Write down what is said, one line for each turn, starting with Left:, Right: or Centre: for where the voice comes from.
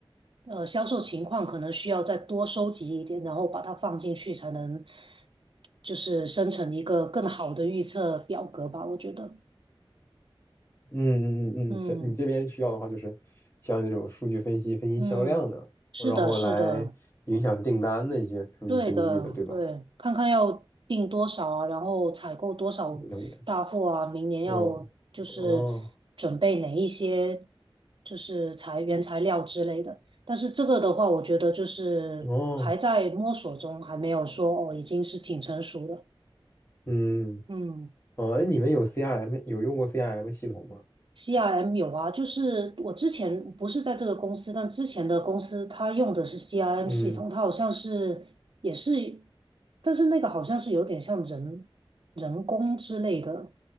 Right: 呃销售情况，可能需要再多收集一点，然后把它放进去，才能就是生成一个更好的预测表格吧。我觉得，
Left: 嗯嗯嗯嗯，
Right: 嗯
Left: 这你这边需要的话，就是像这种数据分析、分析销量的，
Right: 嗯，是的，
Left: 然后来影响订单的一些数据分析的，
Right: 是的。对的，
Left: 对吧？
Right: 对，看看要订多少啊，然后采购多少大货啊，
Left: 了解。
Right: 明年要就是准备哪一些
Left: 嗯，哦
Right: 就是材原材料之类的。但是这个的话，我觉得就是还在摸索中，
Left: 哦，
Right: 还没有说哦，已经是挺成熟的。
Left: 嗯
Right: 嗯。
Left: 哦，哎，你们有 CRM 有用过 CRM 系统吗？
Right: CRM 有啊，就是我之前不是在这个公司，但之前的公司它用的是 CRM
Left: 嗯
Right: 系统，它好像是也是，但是那个好像是有点像人人工之类的，